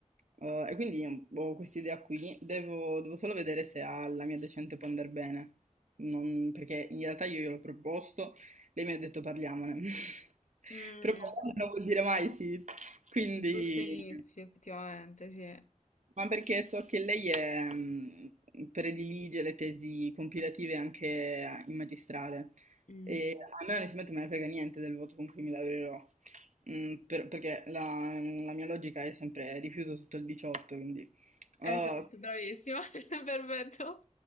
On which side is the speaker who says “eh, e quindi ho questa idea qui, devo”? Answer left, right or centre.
Right